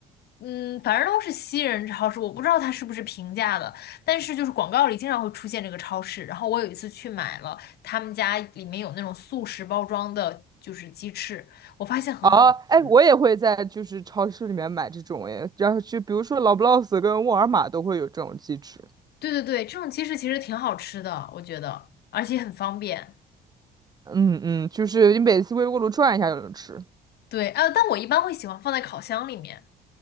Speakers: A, on the left (about 70°); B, on the right (about 25°).
A: 嗯，反正都是西人超市，我不知道它是不是平价的，但是就是广告里经常会出现这个超市。然后我有一次去买了，他们家里面有那种速食包装的，就是鸡翅，我发现很好吃。
B: 哦，哎，我也会在就是超市里面买这种哎，然后就比如说老布劳斯跟沃尔玛都会有这种鸡翅，
A: 对对对，这种鸡翅其实挺好吃的，我觉得，而且很方便。
B: 嗯嗯，就是你每次微波炉转一下就能吃。
A: 对，呃，但我一般会喜欢放在烤箱里面。